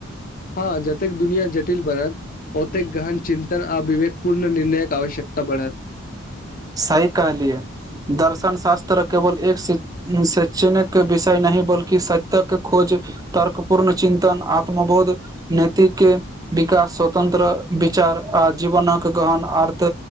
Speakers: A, on the left (about 40°); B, on the right (about 15°).
A: हँ जतेक दुनिया जटिल बनत ओतेक गहन चिन्तन आ विवेक पूर्ण निर्णयक आवश्यकता बढ़त
B: सही कहलियै दर्शन शास्त्र केवल एक शी शैक्षणिक विषय नहि बल्कि सतक खोज तर्क पूर्ण चिन्तन आत्मबोध नैतिके विकास स्वतंत्र विचार आ जीवनक गहन आर्त